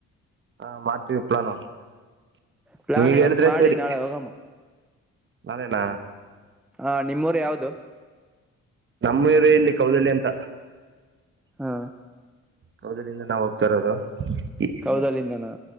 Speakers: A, on the right (about 40°); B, in the centre.
A: ಹಾ ಮಾಡ್ತೀವಿ ಪಲಾನು
B: ಪ್ಲಾನ್
A: ನೀವ್
B: ಇವತ್
A: ಹೇಳಿದ್ರೆ
B: ಮಾಡಿ
A: ಸರಿ
B: ನಾಳೆ ಹೋಗಮ್ಮ
A: ನಾಳೆಣ್ಣ
B: ಹಾ ನಿಮ್ಮೂರು ಯಾವ್ದು
A: ನಮ್ಮವ ಎಲ್ಲಿ ಕೌದಳ್ಳಿ ಅಂತ
B: ಹಾ
A: ಹೌದ್ರಿಂದ ನಾವ್ ಹೋಗ್ತಾ ಇರೋದು ಈ-
B: ಕೌದಳ್ಳಿ ಕಣೋ